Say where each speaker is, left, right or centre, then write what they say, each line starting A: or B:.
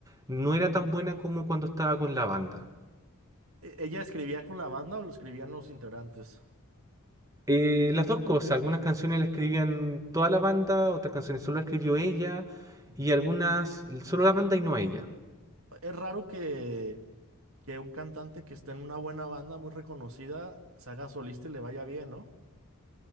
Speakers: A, on the right; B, on the right.
A: no era tan buena como cuando estaba con la banda.
B: E- ¿Ella escribía con la banda o lo escribían los integrantes?
A: Eh, las dos cosas, algunas canciones las escribían toda la banda, otras canciones solo la escribió ella
B: Ujú.
A: y algunas solo la banda y no ella.
B: Es raro que, que un cantante que está en una buena banda muy reconocida se haga solista y le vaya bien, ¿no?